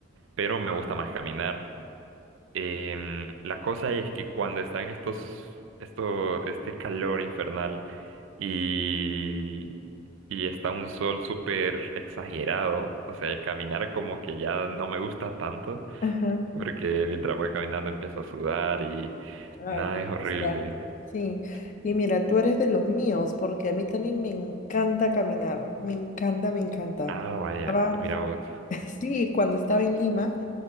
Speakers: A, on the right; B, on the left.
A: Pero me gusta más caminar. Em, la cosa es que cuando están estos, esto, este calor infernal y, y está un sol súper exagerado, o sea, el caminar como que ya no me gusta tanto,
B: Ajá.
A: porque mientras voy caminando empiezo a sudar y
B: Ay,
A: nada,
B: es
A: es horrible.
B: frustrante. Sí,
A: Sí.
B: y mira, tú eres de los míos, porque a mí también me encanta caminar, me encanta, me encanta.
A: Ah, vaya,
B: Estaba-
A: mira vos.
B: <laughs> sí, cuando estaba en Lima,